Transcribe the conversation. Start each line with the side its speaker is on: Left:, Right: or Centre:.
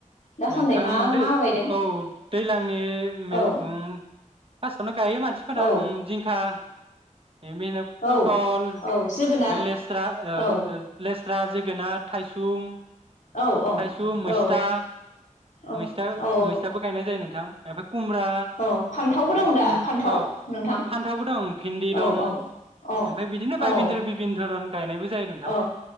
Left: दासान्दै
Right: नोंथां
Left: मा
Right: दै
Left: मा गायदों
Right: औ दैज्लांनि मे
Left: औ
Right: उम हा साना गायो मानसिफोरा
Left: औ
Right: उम जिंखा बेनो
Left: औ
Right: पटल
Left: औ जोगोनार
Right: फ्राय लेस्रा आ ओ
Left: औ
Right: आ लेस्रा, जोगोनार, थाइसुम
Left: औ
Right: थाइसुम, मैस्था
Left: औ औ
Right: मैस्था
Left: औ
Right: मैस्थाबो गायनाय जायो नों नोंथां कुमब्रा
Left: औ फान्थावबो दं
Right: अ
Left: दा फान्थाव नोंथां
Right: फान्थावबो दं भिन्दि दं
Left: औ औ
Right: ओमफ्राय बिदिनो
Left: औ
Right: बायबिन धर भिबिन धरन गायनायबो जायो नोंथां
Left: औ